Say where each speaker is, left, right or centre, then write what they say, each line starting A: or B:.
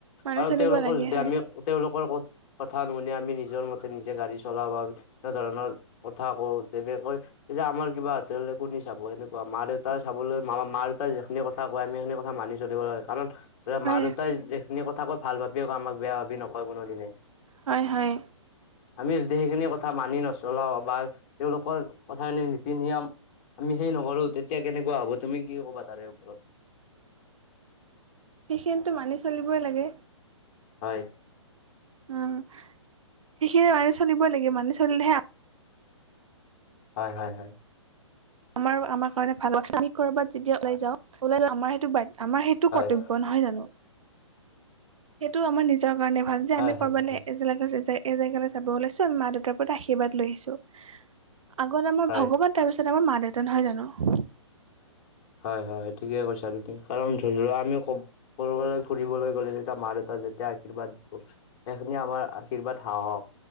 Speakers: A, on the right (about 80°); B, on the left (about 30°).
A: মানি
B: আৰু
A: চলিব
B: তেওঁলোকৰ
A: লাগে
B: যদি
A: হয়
B: আমি তেওঁলোকৰ ক-কথা নুশুনি আমি নিজৰ মতে নিজে গাড়ী চলাও বা এনে ধৰণৰ কথা কওঁ তেনেকৈ তেতিয়া আমাৰ কিবা হাতলে কো <unintelligible> চাব সেনেকুৱা মা দেউতাই চাবলৈ মা মা দেউতাই যিখিনি কথা কয় আম সেইখিন কথা মানি চলিব লাগে কাৰণ
A: হয়
B: মা দেউতাই যে যিখিনি কথা কয় ভাল ভাবিয়ে কয়, আমাক বেয়া ভাবি নকয় কোনোদিনে।
A: হয় হয়
B: আমি যদি সেইখিনি কথা মানি নচলাও বা তেওঁলোকৰ কথাখিনি নীতি-নিয়ম আমি সেই নকৰো, তেতিয়া কেনেকুৱা হ'ব তুমি কি ক'বা তাৰে ওপৰত?
A: সেইখিনিতো মানি চলিবই লাগে।
B: হয়।
A: উম। সেইখিনিয়ে মানে চলিবই লাগে, মানি চলিলেহে
B: হয় হয় হয়।
A: আমাৰ-আমাৰ কাৰণে ভাল হ'ব। আমি কৰ'বাত যেতিয়া ওলাই যাও, <unintelligible> আমাৰ সেইটো, আমাৰ সেইটো
B: হয়
A: কৰ্তব্য। ব' নহয় জানো? সেইটোও আমাৰ নিজৰ কাৰণে ভাল যে,
B: হয়
A: আমি
B: হয়
A: ক'ৰবালে
B: হয়
A: <unintelligible> যে এজেগালৈ যাব ওলাইছো, আমি মা-দেউতাৰ পৰা আশীৰ্বাদ লৈ আহিছো। আগত আমাৰ
B: হয়
A: ভগৱান তাৰ পিছত তাৰপিছত আমাৰ মা-দেউতা নহয় জানো?
B: হয় হয় ঠিকে কৈছা তুমি। কাৰণ ধৰি লোৱা আমিও ক'ব ক'ৰবালৈ ফুৰিবলৈ গ'লে যেতিয়া মা- দেউতা যেতিয়া আশীৰ্বাদ দিব সেইখিনিয়ে আমাৰ আশীৰ্বাদ সাহস।